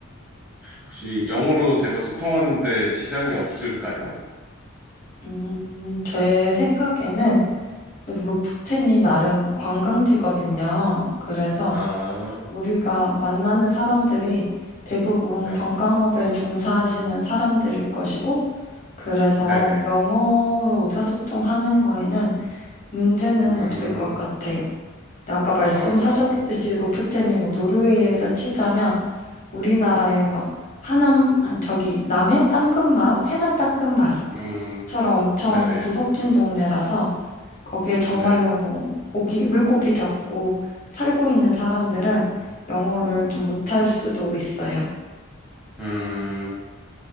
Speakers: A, in the centre; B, on the left.
A: 혹시 영어로 제가 소통하는데 지장이 없을까요?
B: 음, 제 생각에는 그래도 로프텐이 나름 관광지거든요. 그래서
A: 아,
B: 우리가 만나는 사람들이 대부분
A: 네.
B: 관광업에 종사하시는 사람들일 것이고, 그래서
A: 네네.
B: 영어로 의사소통하는 거에는 문제는
A: 음,
B: 없을 것 같아요. 근데 아까 말씀하셨듯이
A: 아, 그렇군요.
B: 로프텐이 뭐 노르웨이에서 치자면 우리나라의 막 하남, 아니 저기 남해 땅끝마을, 해남 땅끝마을처럼
A: 음,
B: 엄청
A: 네네.
B: 구석진 동네라서 거기에 정말로
A: 네.
B: 뭐 고기, 물고기 잡고 살고 있는 사람들은 영어를 좀 못할 수도 있어요.
A: 음,